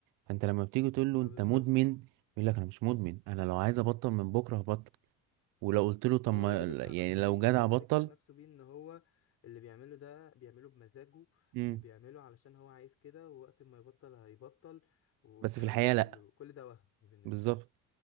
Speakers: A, on the right (about 75°); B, on the left (about 50°).
A: فانت لما بتيجي تقول له
B: ما
A: انت
B: بالظبط
A: مدمن يقول لك انا مش مدمن انا لو عايز ابطل من بكره هبطل ولو قلت له طب
B: هو
A: ما
B: ده اللي بيقنع
A: يعني
B: نفسه
A: لو
B: بيه
A: جدع
B: هو اللي
A: بطل
B: بيقنع نفسه بيه ان هو اللي بيعمله ده بيعمله بمزاجه
A: امم
B: وبيعمله علشان هو عايز كده ووقت ما يبطل هيبطل والكلام
A: بس في الحقيقه
B: ده كله
A: لا
B: كل ده وهم بالنسبة
A: بالظبط
B: له